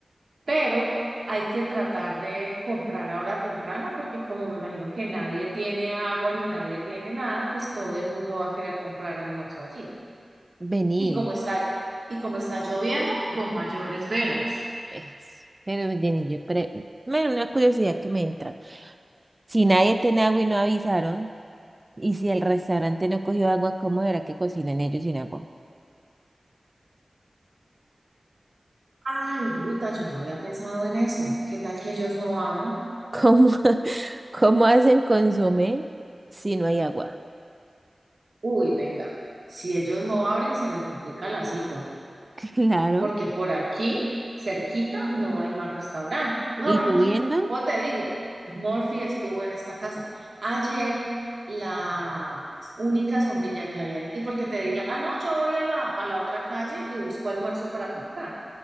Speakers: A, on the right; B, on the right.
A: pero hay que tratar de comprar ahora temprano porque como me imagino que nadie tiene agua ni nadie tiene nada, pues todo el mundo va a querer comprar almuerzo allí.
B: Vení,
A: Y como está, y como está lloviendo, con mayores veras.
B: es, pero vení, yo pre- me- una curiosidad que me entra. Si nadie tiene agua y no avisaron, y si el restaurante no cogió agua, ¿cómo era que cocinan ellos sin agua?
A: Ay, bruta, yo no había pensado en eso. ¿Qué tal que ellos no abran?
B: ¿Cómo, <laughs> cómo hacen consomé si no hay agua?
A: Uy, venga, si ellos no abren, se me complica la situación.
B: Claro.
A: porque por aquí, cerquita, no hay más restaurante. No,
B: ¿Y
A: vení.
B: lloviendo?
A: O te digo, Murphy estuvo en esta casa. Ayer, la única sombrilla que había, y porque te diría, ah, no, yo voy a la, a la otra calle y busco almuerzo para comprar,